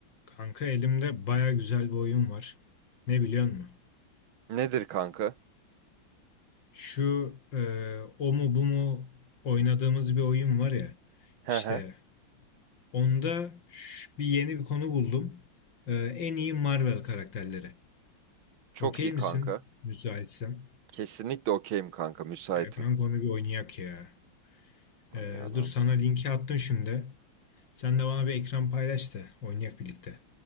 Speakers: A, on the left (about 65°); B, on the right (about 90°).
A: Kanka elimde baya güzel bir oyun var. Ne biliyor musun?
B: Nedir kanka?
A: Şu e, o mu bu mu oynadığımız bir oyun var ya.
B: He
A: İşte
B: he.
A: onda ş- bir yeni bir konu buldum. E, en iyi Marvel karakterleri.
B: Çok
A: Okey
B: iyi
A: misin?
B: kanka.
A: Müsaitsen.
B: Kesinlikle okeyim kanka. Müsaitim.
A: E, kanka onu bir oynayak ya.
B: Oynayalım.
A: E, dur sana linki attım şimdi. Sen de bana bir ekran paylaş da oynayak birlikte.